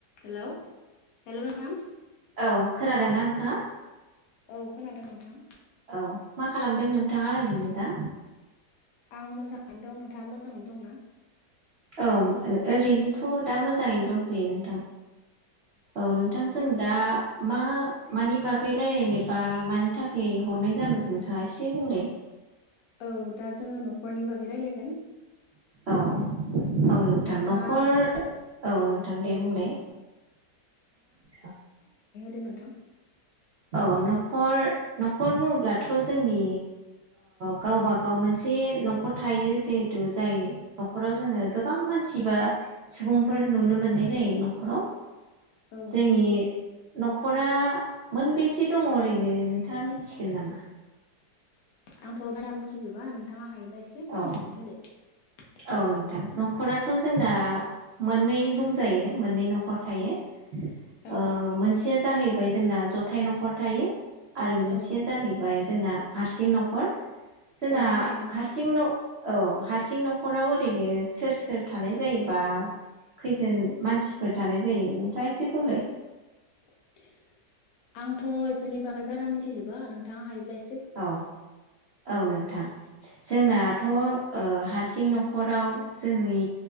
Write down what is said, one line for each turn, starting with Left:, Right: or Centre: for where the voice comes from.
Left: Hello hello नोंथां
Right: औ खोनादोंना नोंथाङा?
Left: औ खोनादों नोंथां।
Right: औ मा खालामदों नोंथाङा ओरैनो दा
Left: आं मोजां दं नोंथाङा मोजाङै दंना
Right: औ ओरैनोथ' दा मोजाङैनो दंथ'यो नोंथां औ नोंथां जों दा मा मानि बागै रायज्लायनोबा मानि थाखाय हरनाय जानो नोंथाङा एसे बुंलाय
Left: औ दा जोङो न'खरनि बागै रायलाय
Right: औ औ नोंथां
Left: नोंथाङा
Right: न'खर औ नोंथां दे
Left: औ
Right: बुंलाय औ
Left: दो नोंथां
Right: अ न'खर न'खर बुङोब्लाथ' जोंनि गावबागाव मोनसे न'खर थायो जिहेथु जाय न'खराव जोङो गोबां मानसि बा सुबुंफोर नुनो मोननाय जायो न'खराव
Left: औ नोंथां
Right: जोंनि न'खरा मोनबेसे दङ ओरैनो नोंथाङा मिथिगोन नामा?
Left: आंथ' बारा मिथिजोबा नोंथाङा हायो एसे फोरमायनानै
Right: औ
Left: होदो
Right: औ नोंथां न'खराथ' जोंना मोननै बुंजायो मोननै न'खर थायो
Left: औ
Right: ओ मोनसेया जाहैबाय ओमफ्राय जोंना जथाय न'खर थायो आरो मोनसेया
Left: औ नंगौ
Right: जाहैबाय जोंना हारसिं नख'र जोंना
Left: औ थारैनो नंगौ
Right: हारसिं न' औ हारसिं न न'खराव ओरैनो सोर सोर थानाय जायोबा खैजोन मानसिफोर थानाय जायो नोंथाङा एसे बुंलाय
Left: <inaudible> आंथ' बेफोरनि बागै बारा मिथि थैजोबा नोंथाङा हायोब्लास
Right: औ-औ नोंथां जोंनाथ' हारसिं न'खराव जोंनि